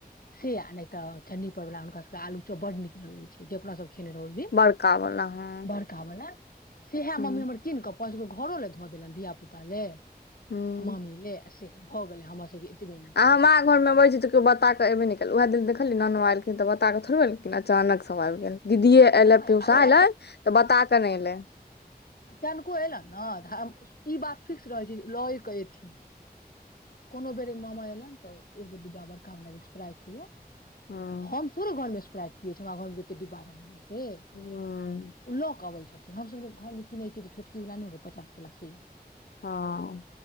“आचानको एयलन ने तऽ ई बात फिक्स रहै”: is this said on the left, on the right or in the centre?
Left